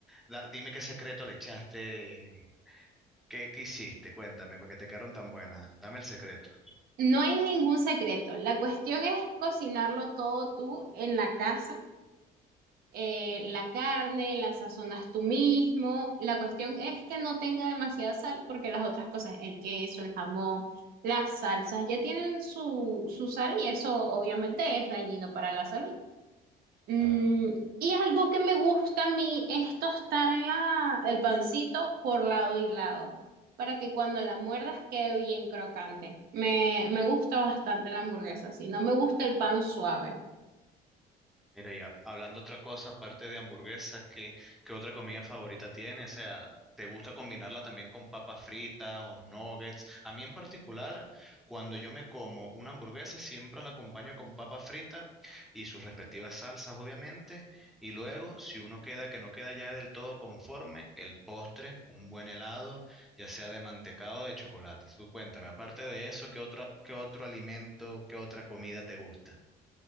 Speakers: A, in the centre; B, on the right.
A: Da- dime qué secreto le echaste, qué, qué hiciste, cuéntame, porque te quedaron tan buenas. Dame el secreto.
B: No hay ningún secreto. La cuestión es cocinarlo todo tú en la casa. Eh, la carne, la sazonas tú mismo. La cuestión es que no tenga demasiada sal porque las otras cosas, el queso, el jamón, las salsas, ya tienen su, su sal y eso obviamente es dañino para la salud. Mm,
A: claro
B: y algo que me gusta a mí es tostar la- el pancito por lado y lado, para que cuando la muerdas quede bien crocante. Me, me gusta bastante la hamburguesa, sí, no me gusta el pan suave.
A: Mira, ya hablando otra cosa, aparte de hamburguesa, ¿qué, qué otra comida favorita tienes? O sea, ¿te gusta combinarla también con papas fritas o nuggets? A mí en particular, cuando yo me como una hamburguesa, siempre la acompaño con papas fritas y sus respectivas salsas, obviamente. Y luego, si uno queda que no queda ya del todo conforme, el postre, un buen helado, ya sea de mantecado o de chocolate. Tú cuéntame, aparte de eso, ¿qué otro, qué otro alimento, qué otra comida te gusta?